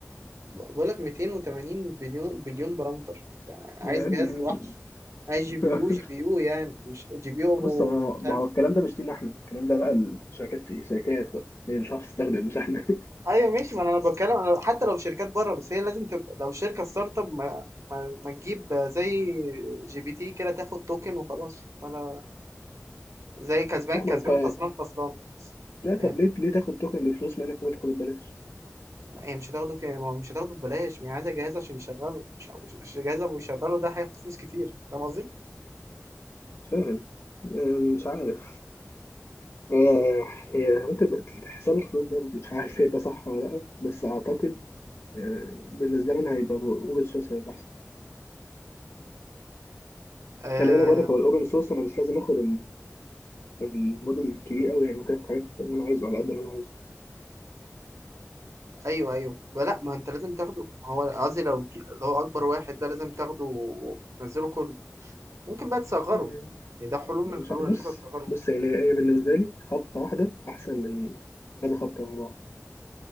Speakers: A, on the right (about 75°); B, on the left (about 65°).
A: بقول لك 280 بليون بليون بارامتر انت عايز
B: يعني
A: جهاز وحش عايز جي
B: <laughs>
A: بي يو جي بي يو يعني مش جي بي يو ابو
B: بص هو-
A: مش
B: ما
A: عارف
B: هو الكلام ده مش لينا احنا الكلام ده بقى الشركات شركات بقى هي اللي تعرف تستخدم مش احنا
A: ايوه ماشي ما انا بتكلم انا حتى لو في شركات بره بس هي لازم تبقى لو شركه ستارت اب ما, ما, ما تجيب زي جي بي تي كده تاخد توكن وخلاص ولا زي
B: <laughs>
A: كسبان
B: لا
A: كسبان
B: ما انت
A: خسران خسران بس
B: لا طب
A: يعني
B: ليه ليه تاخد توكن بفلوس ما انك ممكن تاخده ببلاش
A: ما- هي مش هتاخده كده ما هو مش هتاخده ببلاش ما هي عايزه جهاز عشان يشغله مش أو مش جهاز ابو يشغله ده هياخد فلوس كتير فاهم قصدي؟
B: مش فاهم آه، مش عارف آه، هي ممكن بقى حساب الفلوس ده مش عارف ده صح ولا لا بس اعتقد آه، بالنسبه لنا هيبقى اوبن سورس هيبقى احسن
A: آه
B: خلي بالك برضك هو الاوبن سورس انا مش لازم اخد الموديل الكبير قوي يعني ممكن افتح حاجات اللي انا عايزه على قد اللي انا عايزه
A: ايوه ايوه ب- لا ما انت لازم تاخده ما هو قصدي لو ج- اللي هو اكبر واحد ده لازم تاخده وتنزله كله ممكن بقى تصغره
B: يعني
A: يعني ده حلول
B: مش
A: من الحلول
B: عارف-
A: ان
B: بص
A: انت تصغره
B: بص يعني هي بالنسبه لي خبطه واحده احسن من كذا خبطه ورا بعض